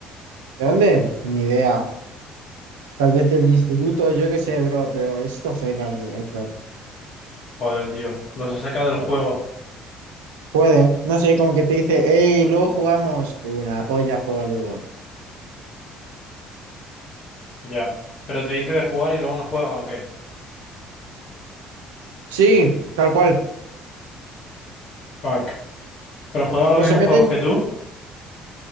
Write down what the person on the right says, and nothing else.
¿de dónde? Ni idea. Tal vez del instituto, yo qué sé, bro, pero esto feca el Héctor.
Puede, no sé, como que te dice, hey, luego jugamos. Una polla juega luego.
Sí, tal cual.
O
se meten,